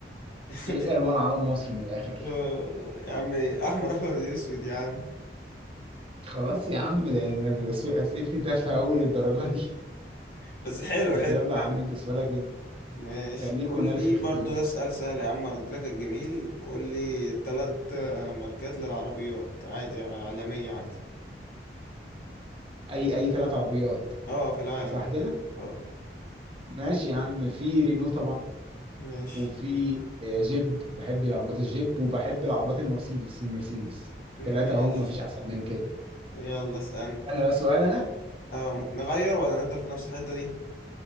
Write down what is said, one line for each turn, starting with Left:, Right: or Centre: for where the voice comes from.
Left: <laughs>
Right: ايه الوان علم مصر من الاخر
Left: آه، يا عم احمر احمر اسود يا عم
Right: خلاص يا عم ده ده ده سؤال- اسئلتي تافهه قوي للدرجه دي
Left: بس حلو
Right: طب
Left: حلو
Right: يلا
Left: كمل
Right: يا عم انت سؤالك انت
Left: ماشي
Right: خليك
Left: قول
Right: والنبي
Left: لي
Right: في الخفيف
Left: برضو ده
Right: بقى
Left: سؤال سهل يا عم ارد لك الجميل قول لي تلات آه، ماركات للعربيات عادي عالمية عادي
Right: اي اي ثلاث عربيات
Left: اه في العالم
Right: صح
Left: اه
Right: كده
Left: آه.
Right: ماشي يا عم في رينو طبعا
Left: ماشي
Right: وفي آه، جيب بحب العربيات الجيب وبحب العربيات المرسيدس المرسيدس
Left: ماشي
Right: ثلاثة هم مفيش احسن من كده
Left: يلا اسألني
Right: انا بقى سؤال انا
Left: اه م- نغير ولا نفضل في نفس الحتة دي